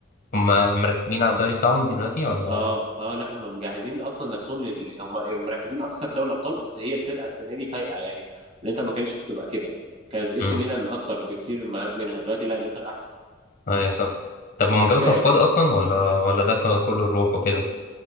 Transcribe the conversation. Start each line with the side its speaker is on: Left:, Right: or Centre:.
Left: هما مرتبين على الدوري بتاعهم دلوقتي ولا
Right: اه اه لا هم مجهزين اصلا نفسهم لل... هم مركزين اكتر في دوري الابطال بس هي الفرقه السنه دي فايقه يعني الانتر ما كانتش بتبقى كده كانت اي
Left: امم
Right: سي ميلان اكتر بكتير مع- منها دلوقتي لا الانتر احسن
Left: ايوه صح طب هما جابوا صفقات
Right: آه
Left: اصلا ولا ولا ده كله الروح وكده